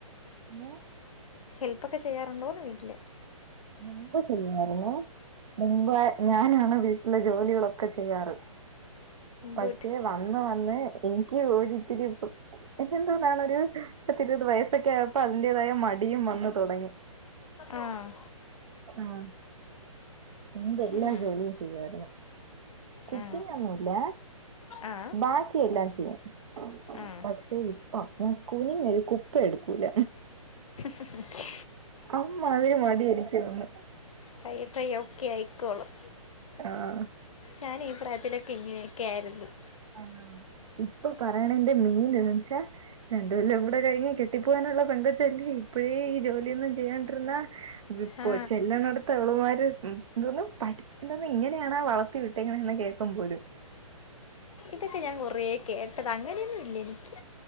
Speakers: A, on the right (about 60°); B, on the left (about 65°).
A: മ്
B: ഹെൽപ്പൊക്കെ ചെയ്യാണ്ടോന്ന് വീട്ടില്
A: മുമ്പ് ചെയ്യുമായിരുന്നു മുമ്പ് ഞാനാണ് വീട്ടിലെ ജോലികളൊക്കെ ചെയ്യാറ് പക്ഷെ
B: ഗുഡ്
A: വന്ന് വന്ന് എനിക്ക് ഒരിത്തിരി എന്നിരുന്നോണ്ടാണ് ഒരു പത്തിരുപതു വയസൊക്കെ ആയപ്പോ അതിന്റേതായ മടിയും വന്ന് തുടങ്ങി
B: ആഹ്
A: ഉം മുമ്പ് എല്ലാ
B: ഉം.
A: ജോലിയും ചെയ്യു മായിരുന്നു. കുക്കിംഗ്
B: ആ
A: ഒന്നുംല്ല
B: ആ
A: ബാക്കി എല്ലാം ചെയ്യും.
B: ആ
A: പക്ഷെ ഇപ്പം ഞാൻ കുനിഞ്ഞൊരു കുപ്പി എടുക്കൂല.
B: ഹ്
A: അമ്മ അതെ മടി ഒരുക്കി തന്നു.
B: പയ്യെ പയ്യെ ഓക്കെ ആയിക്കോളും.
A: ആഹ്
B: ഞാൻ ഈ പ്രായത്തിലൊക്കെ ഇങ്ങനെ. കേരന്നു
A: ആ ഇപ്പൊ പറയണന്റെ മീൻ എന്ന് വെച്ചാ രണ്ടുകൊല്ലം കൂടി കഴിഞ്ഞാൽ കെട്ടിപ്പോകാനുള്ള പെൺകൊച്ചല്ലേ ഇപ്പഴേ ഈ ജോലിയൊന്നും ചെയ്യാണ്ടിരുന്നാൽ. ഇതിപ്പോ
B: ആ
A: ചെല്ലുണോടത്ത് അവള്മാര് എഎന്തോന്നാ പഠി എന്തോന്നാ ഇങ്ങനെയാണോ വളർത്തി വിട്ടേക്കുന്നെ കേക്കും പോലും.
B: അതൊക്കെ ഞാൻ കുറേ കേട്ടത അങ്ങനെയൊന്നുല്ല എനിക്ക്